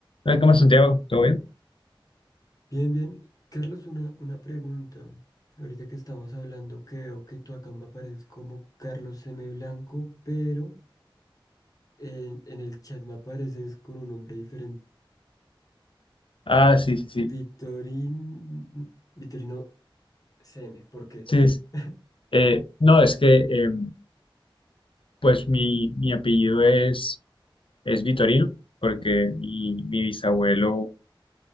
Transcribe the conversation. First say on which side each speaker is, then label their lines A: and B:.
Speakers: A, on the left (about 70°); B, on the left (about 40°).
A: Eh, ¿Cómo estás, Santiago? ¿Todo bien?
B: Bien, bien. Carlos, una, una pregunta. Ahorita que estamos hablando, que veo que tú acá me apareces como Carlos M. Blanco, pero en, en el chat me apareces con un nombre diferente.
A: Ah, sí, sí, sí.
B: Vitorin... Vitorino C M ¿Por qué?
A: Sí, es-
B: <laughs>
A: eh, no, es que eh, pues mi, mi apellido es, es Vitorino, porque mi, mi bisabuelo